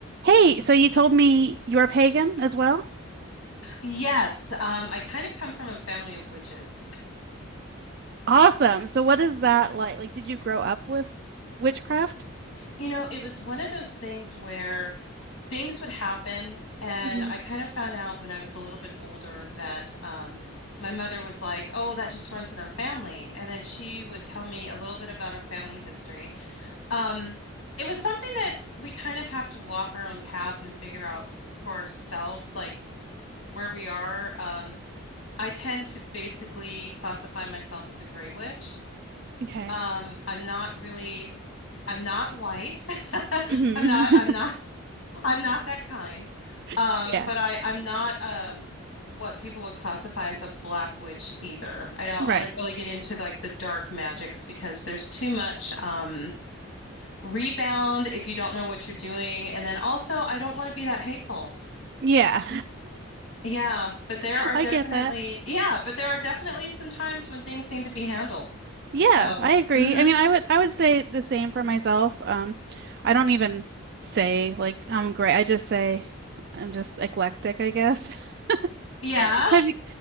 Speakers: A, on the right (about 50°); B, on the left (about 65°).
A: Hey, so you told me you're pagan as well?
B: Yes, um, I kind of come from a family of witches.
A: Awesome. So what is that like? Like, did you grow up with witchcraft?
B: You know, it was one of those things where things would happen, and
A: hmm
B: I kind of found out when I was a little bit older that um, my mother was like, "Oh, that just runs in our family," and then she would tell me a little bit about our family history. Um, it was something that we kind of have to walk our own path and figure out for ourselves, like where we are. Um, I tend to basically classify myself as a gray witch.
A: Okay.
B: Um, I'm not really I'm not white. <laughs>
A: hmm
B: I'm not I'm not <laughs> I'm not that kind.
A: <laughs>
B: Um,
A: Yeah.
B: but I I'm not um what people would classify as a black witch either. I don't
A: Right.
B: I don't really get into like the dark magics because there's too much um rebound if you don't know what you're doing. And then also I don't want to be that hateful.
A: Yeah.
B: Yeah, but
A: <laughs>
B: there are
A: I
B: definitely
A: get that.
B: yeah, but there are definitely some times when things need to be handled.
A: Yeah,
B: So,
A: I agree.
B: mhm.
A: I mean, I would I would say the same for myself. Um, I don't even say like I'm great. I just say I'm just eclectic, I guess.
B: Yeah.
A: <laughs> Have you,